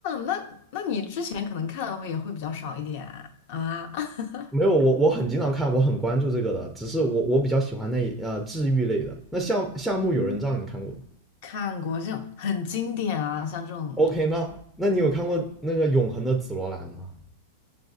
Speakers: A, on the left; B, in the centre.
A: 那那你之前可能看的会也会比较少一点啊。<laughs>
B: 没有，我我很经常看，我很关注这个的，只是我我比较喜欢那一呃治愈类的。那夏夏目友人帐你看过
A: 嗯，看过这种很经典啊，像这种。
B: o k 那那你有看过那个《永恒的紫罗兰》吗？